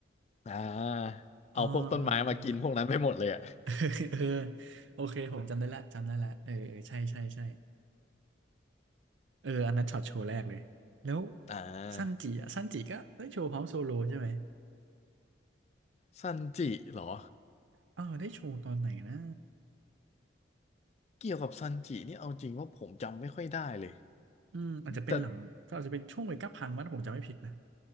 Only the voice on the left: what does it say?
อ่าเอาพวกต้นไม้มากินพวกนั้นไปหมดเลยอ่ะ
อ่า
ซันจิเหรอ
เกี่ยวกับซันจินี่เอาจริงว่าผมจำไม่ค่อยได้เลย
แต่